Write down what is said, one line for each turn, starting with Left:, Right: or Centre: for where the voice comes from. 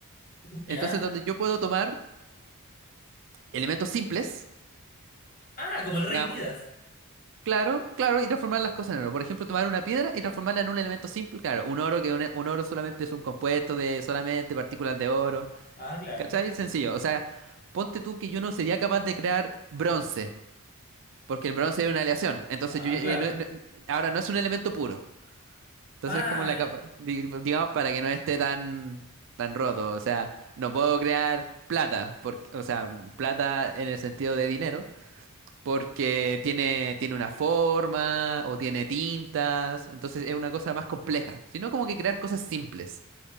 Left: ya.
Right: Entonces, donde yo puedo tomar elementos simples,
Left: Ah, como el
Right: digamos,
Left: rey Midas.
Right: claro, claro, y transformar las cosas en oro. Por ejemplo, tomar una piedra y transformarla en un elemento simple, claro, un oro que un, un oro solamente es un compuesto de solamente partículas de oro,
Left: Ah, claro.
Right: ¿cachai? Sencillo, o sea, ponte tú que yo no sería capaz de crear bronce, porque el bronce es una aleación, entonces
Left: Ah,
Right: yo, eh,
Left: claro.
Right: no- no- ahora no es un elemento puro. Entonces,
Left: Ah,
Right: es como la
Left: ya.
Right: capa, di- digamos, para que no esté tan, tan roto. O sea, no puedo crear plata, porque, o sea, plata en el sentido de dinero, porque tiene, tiene una forma o tiene tintas. Entonces, es una cosa más compleja. Sino como que crear cosas simples.